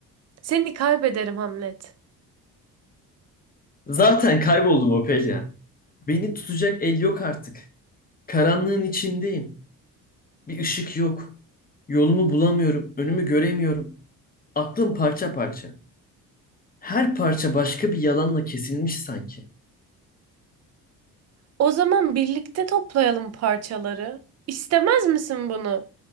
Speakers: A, on the right (about 35°); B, on the left (about 20°).
A: Seni kaybederim Hamlet.
B: Zaten kayboldum Ophelia. Beni tutacak el yok artık. Karanlığın içindeyim. Bir ışık yok. Yolumu bulamıyorum. Önümü göremiyorum. Aklım parça parça. Her parça başka bir yalanla kesilmiş sanki.
A: O zaman birlikte toplayalım parçaları. İstemez misin bunu?